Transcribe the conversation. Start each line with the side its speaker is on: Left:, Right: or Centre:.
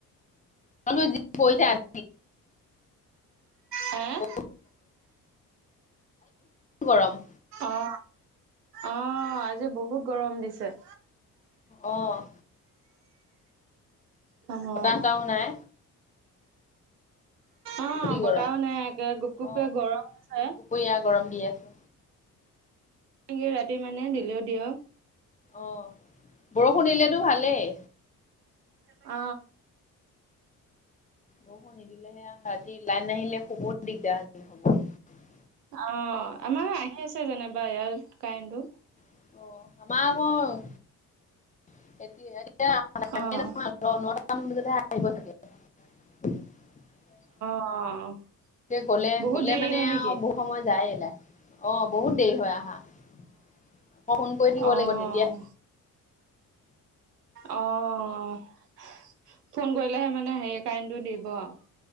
Left: তলো যি পইছো আছ
Right: হে?
Left: ব গৰম
Right: অ আহ আজি বহুত গৰম দিছে
Left: অ অ
Right: অ',
Left: চতাহো নাই
Right: অ'
Left: বেছি
Right: বতাও
Left: গৰম
Right: নাই, একে গুপ-গুপকে
Left: অ
Right: গৰম আছে।
Left: গুপগুপীয়া গৰম দি আছে
Right: <unintelligible> ৰাতি মানে দিলেও দিয়ক।
Left: অ' বৰষুণ দিলেতো ভালেই।
Right: অ
Left: বৰষুণ নিদিলেহে ৰাতি লাইন নাহিলে শুব দিগদাৰ হৈছিল সময়
Right: অ' আমাৰো আহি আছে যেনিবা ইয়াত কাৰেণ্টটো।
Left: অ' আমাৰ <unintelligible> নটামান বজালৈ
Right: অ',
Left: হে আহিব গে চাগে
Right: অ'।
Left: গলে
Right: বহুত
Left: গলে
Right: দেৰি
Left: মানে
Right: হয়
Left: আৰু
Right: নেকি?
Left: বহুত সময় যায়, অ' বহুত দেৰি হৈ আহা। আকৌ ফোন কৰি থাকিব
Right: অ', অ',
Left: লাগিব তেতিয়া
Right: অ ফোন কৰিলেহে মানে হেৰি কাৰেণ্টো দিব আৰু